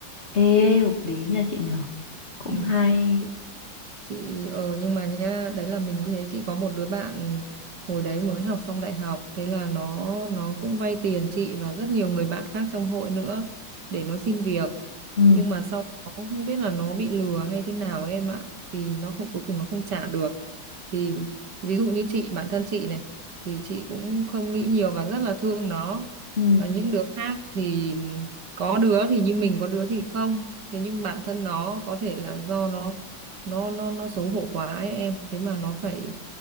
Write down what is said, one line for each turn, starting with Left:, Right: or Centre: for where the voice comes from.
Left: Ê, hợp lý nha chị nhở Cũng
Right: ừ.
Left: hay.
Right: chị chị ờ nhưng mà nhá đấy là mình như thế chị có một đứa bạn hồi đấy mới học xong đại học thế là nó nó cũng vay tiền chị và rất nhiều người bạn khác trong hội nữa để nó xin việc
Left: Ừ.
Right: nhưng mà sau đó không biết là nó bị lừa hay thế nào em ạ thì nó không cuối cùng nó không trả được thì ví dụ như chị bản thân chị này thì chị cũng không nghĩ nhiều và rất là thương nó
Left: Ừ.
Right: và những đứa khác thì có đứa thì như mình có đứa thì không thế nhưng bản thân nó có thể là do nó nó nó nó xấu hổ quá ấy em thế mà nó phải